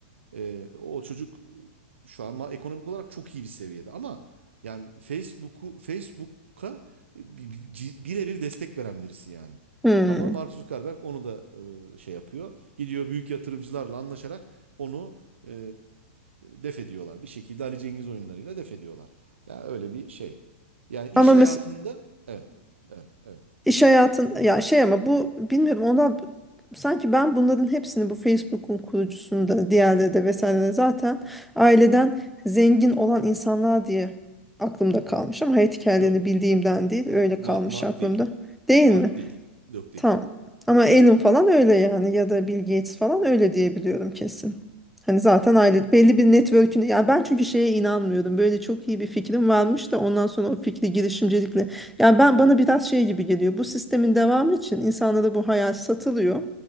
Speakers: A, on the right; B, in the centre.
A: Ee, o çocuk şu an ma- ekonomik olarak çok iyi bir seviyede ama yani Facebook'u Facebook'a e, bi- bi- ci- birebir destek veren birisi yani.
B: Hmm.
A: Ama Mark Zuckerberg onu da e, şey yapıyor. Gidiyor büyük yatırımcılarla anlaşarak onu e, def ediyorlar. Bir şekilde Ali Cengiz oyunlarıyla def ediyorlar. Ya öyle bir şey. Yani iş
B: Ama mesela
A: hayatında evet. Evet, evet.
B: iş hayatın ya şey ama bu bilmiyorum ona sanki ben bunların hepsini bu Facebook'un kurucusunda diğerleri de vesaire de zaten aileden zengin olan insanlar diye aklımda kalmış ama hayat hikayelerini
A: Yok.
B: bildiğimden değil
A: M-
B: öyle
A: Mar-
B: kalmış
A: Mark
B: aklımda
A: değil.
B: değil
A: Mark
B: mi?
A: değil. Yok değil.
B: Tamam. Ama Alan falan öyle yani ya da Bill Gates falan öyle diye biliyorum kesin. Hani zaten aile belli bir network'ün ya ben çünkü şeye inanmıyordum. Böyle çok iyi bir fikrim varmış da ondan sonra o fikri girişimcilikle. Ya ben bana biraz şey gibi geliyor. Bu sistemin devamı için insanlara bu hayal satılıyor.